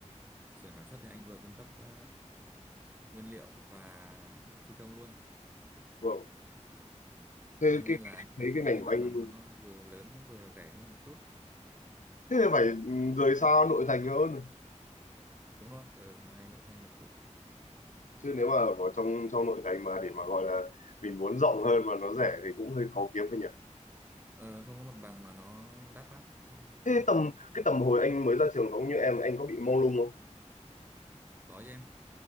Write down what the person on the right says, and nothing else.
Xưởng sản xuất thì anh vừa cung cấp ờ, nguyên liệu và thi công luôn.
Ừ.
Cho nên
là
anh
cần một
cái mặt
bằng nó vừa lớn vừa rẻ hơn một chút.
À,
Đúng rồi, ở ngoài nội thành một chút.
Ờ, không có mặt bằng mà nó đắt lắm. Không
có chứ em.